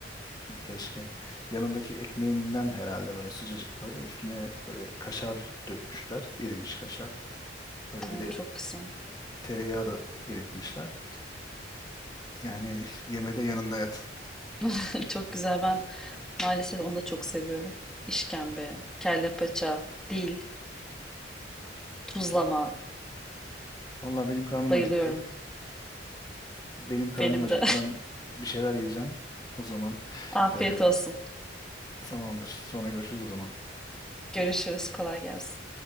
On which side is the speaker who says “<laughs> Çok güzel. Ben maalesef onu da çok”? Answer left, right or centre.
Centre